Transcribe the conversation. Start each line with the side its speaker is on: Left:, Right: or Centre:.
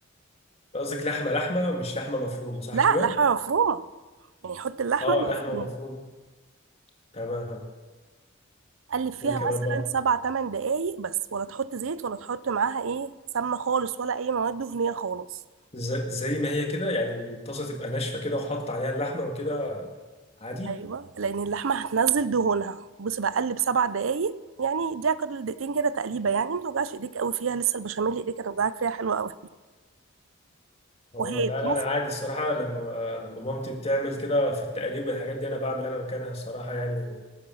Left: قصدك لحمة لحمة مش لحمة مفرومة صح
Right: لا
Left: كده؟
Right: لحمه مفرومه يعني حط اللحمه
Left: اه
Right: المفرومه
Left: لحمة مفرومة تمام
Right: قلب فيها
Left: وايه كمان
Right: مثلا
Left: بقى؟
Right: سبع تمن دقايق بس ولا تحط زيت ولا تحط معاها ايه سمنه خالص ولا اي مواد دهنيه خالص
Left: ز- زي ما هي كده يعني الطاسة تبقى ناشفة كده وحط عليها اللحمة وكده عادي
Right: ايوه لان اللحمه هتنزل دهونها بص بقى قلب سبع دقايق يعني اديها كل دقيقتين كده تقليبه يعني ما توجعش ايديك قوي فيها لسه البشاميل ايديك هتوجعك فيها حلوه قوي
Left: هو
Right: وهي
Left: لا
Right: تنفع
Left: لا انا عادي الصراحه أنا لما لما مامتي بتعمل كده في التقليب والحاجات دي انا بعمل انا مكانها الصراحه يعني